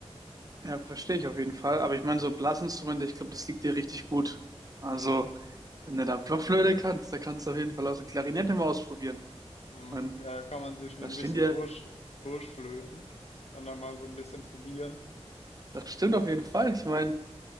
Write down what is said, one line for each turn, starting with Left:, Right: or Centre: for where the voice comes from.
Right: Ja, verstehe ich auf jeden Fall. Aber ich meine, so Blasinstrumente, ich glaube, das liegt dir richtig gut. Also
Left: Mhm.
Right: Wenn du da Blockflöte kannst, da kannst du auf jeden Fall auch so Klarinette mal ausprobieren.
Left: Mhm.
Right: Ich meine,
Left: Ja, kann man sich nur
Right: da
Left: ein
Right: stehen
Left: bisschen
Right: dir,
Left: durch, durchflöten und dann mal so ein bisschen probieren.
Right: das stimmt auf jeden Fall. Ich meine,